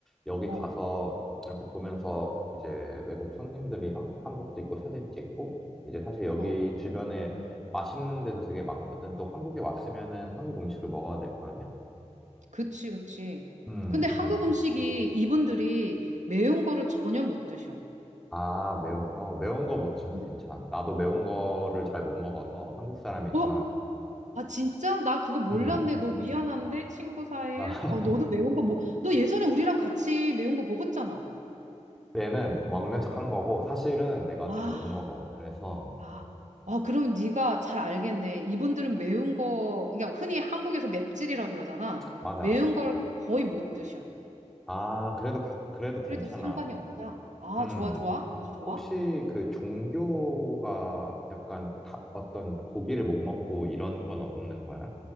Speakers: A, in the centre; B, on the right.
A: 여기
B: 어.
A: 가서 이렇게 보면서 이제 외국 손님들이랑 한복도 입고 사진 찍고 이제 사실 여기
B: 어,
A: 주변에 맛있는 데도 되게 많거든. 또 한국에 왔으면은 한국 음식을 먹어야 될 거 아니야?
B: 그치, 그치.
A: 음,
B: 근데
A: 그래.
B: 한국 음식이 이분들이 매운 거를 전혀 못 드셔.
A: 아, 매운 거. 매운 거 못 드셔도
B: 음.
A: 괜찮아. 나도 매운 거를 잘 못 먹어서 한국 사람이지만
B: 어? 아, 진짜? 나 그거 몰랐네.
A: 음.
B: 너 미안한데, 친구 사이에?
A: 아,
B: 어, 너도 매운 거 뭐, 너 예전에 우리랑 같이 매운 거 먹었잖아.
A: 얘는 먹는 척한 거고 사실은 내가
B: 아,
A: 잘 못 먹어. 그래서
B: 아, 아, 그러면 네가 잘 알겠네. 이분들은 매운 거, 그러니까 흔히 한국에서 맵찔이라 그러잖아.
A: 맞아.
B: 매운 걸 거의 못 드셔.
A: 아, 그래도 가- 그래도 괜찮아.
B: 그래도 상관이 없다. 아,
A: 음.
B: 좋아, 좋아. 아주 좋아.
A: 혹시 그 종교가 약간 다- 어떤 고기를 못 먹고 이런 건 없는 거야?